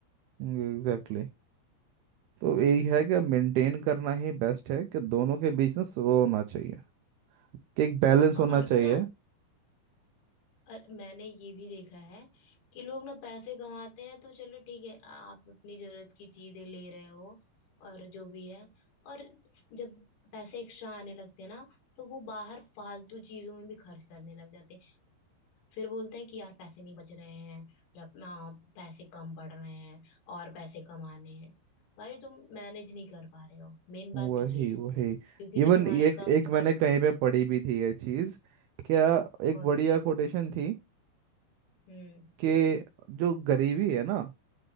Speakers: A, on the right (about 85°); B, on the left (about 80°).
A: Exactly exactly. तो यही है
B: हम्म,
A: कि मेंटेन करना ही बेस्ट है कि दोनों के बीच ना वो होना चाहिए कि एक बैलेंस
B: औ-
A: होना
B: और
A: चाहिए
B: ना और मैंने ये भी देखा है कि लोग ना पैसे कमाते हैं तो चलो ठीक है आ- आप अपनी जरूरत की चीजें ले रहे हो और जो भी है और जब पैसे एक्स्ट्रा आने लगते हैं ना तो वो बाहर फालतू चीजों में भी खर्च करने लग जाते हैं फिर बोलते हैं कि यार पैसे नहीं बच रहे हैं या आ, पैसे कम पड़ रहे हैं और पैसे कमाने हैं भाई तुम मैनेज नहीं कर पा रहे हो मेन बात
A: वही
B: ये है
A: वही
B: क्योंकि
A: इवन
B: जब तुम्हारे
A: एक
B: कम
A: एक
B: तुम्हारे
A: मैंने
B: पास
A: कहीं पे पढ़ी भी थी ये चीज क्या एक
B: कौन
A: बढ़िया
B: सी
A: कोटेशन थी
B: हम्म
A: कि जो गरीबी है ना